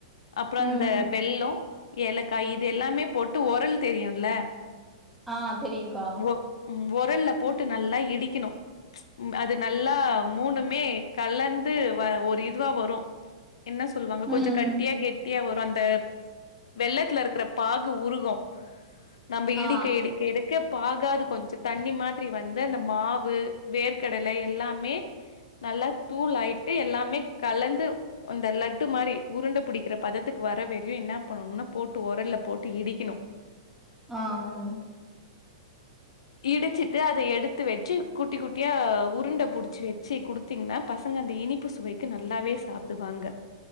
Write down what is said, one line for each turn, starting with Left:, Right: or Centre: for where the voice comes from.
Left: அப்புறோ
Centre: ம்
Left: அந்த வெல்லம், ஏலக்காய் இது எல்லாமே போட்டு ஒரல் தெரியும்ல
Centre: ஆ தெரியு கா
Left: ஒ ம் ஒரல்ல போட்டு நல்லா இடிக்கணு அது நல்லா மூணுமே கலந்து வ ஒரு இதுவா வரு என்ன சொல்லுவாங்க கொஞ்சோ
Centre: ம்
Left: கட்டியா கெட்டியா வரு அந்த வெள்ளத்துல இருக்கிற பாகு உருகு நம்ம இடிக்க
Centre: ஆ ஆ
Left: இடிக்க இடிக்க பாகாது கொஞ்சோ தண்ணி மாதிரி வந்து அந்த மாவு வேர்க்கடலை எல்லாமே நல்லா தூள் ஆயிட்டு எல்லாமே கலந்து அந்த லட்டு மாரி உருண்ட புடிக்கிற பதத்துக்கு வரவே என்ன பண்ணணுனா போட்டு உரல்ல போட்டு இடிக்கணு
Centre: ஆ ம்
Left: இடிச்சிட்டு அத எடுத்து வச்சு குட்டி குட்டியா உருண்ட புடிச்சு வச்சு குடுத் தீங்கன்னா பசங்க அந்த இனிப்பு சுவைக்கு நல்லாவே சாப்டுவாங்க